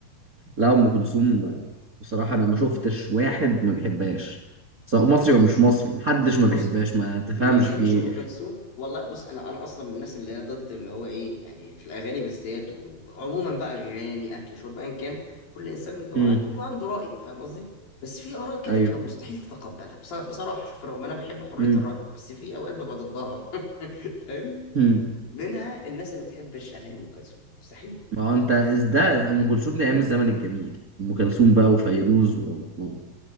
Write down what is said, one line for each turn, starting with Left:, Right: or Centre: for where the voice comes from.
Right: لا ام كلثوم بصراحه انا ما شفتش واحد ما بيحبهاش سواء مصري او مش
Left: أصل
Right: مصري محدش ما
Left: بص
Right: بيحبهاش ما تفهمش
Left: ما بتحبش
Right: في ايه
Left: ام كلثوم والله بص انا انا اصلا من الناس اللي هي ضد اللي هو ايه يعني في الاغاني بالذات وعموما بقى اغاني اكل شرب ايا كان كل انسان اللي هو
Right: مم.
Left: عنده بيبقى عنده راي فاهم قصدي بس في اراء كده
Right: ايوه
Left: بتبقى مستحيل تتقبلها بص- بصراحه شوف رغم انا بحب حريه
Right: مم.
Left: الراي بس في اوقات ببقى ضدها <laughs> فاهم
Right: مم.
Left: منها الناس اللي بتحبش اغاني ام كلثوم مستحيل
Right: ما هو انت إز ده ام كلثوم دي ايام الزمن الجميل ام كلثوم بقى وفيروز و... و-